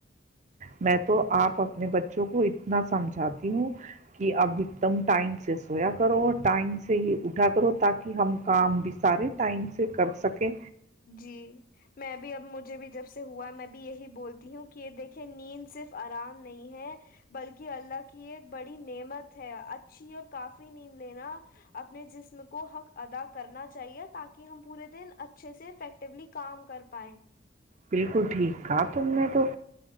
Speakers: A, on the right (about 40°); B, on the left (about 50°).
A: میں تو آپ اپنے بچوں کو اتنا سمجھاتی ہوں کہ اب ایک دم ٹائم سے سویا کرو اور ٹائم سے ہی اٹھا کرو تاکہ ہم کام بھی سارے ٹائم سے کر سکیں
B: جی میں بھی اب مجھے بھی جب سے ہوا میں بھی یہی بولتی ہوں کہ یہ دیکھیں نیند صرف آرام نہیں ہے بلکہ اللہ کی ایک بڑی نعمت ہے اچھی اور کافی نیند لینا اپنے جسم کو حق ادا کرنا چاہیے تاکہ ہم پورے دن اچھے سے افیکٹیولی کام کر پائائے
A: بالکل ٹھیک تھا تم نے تو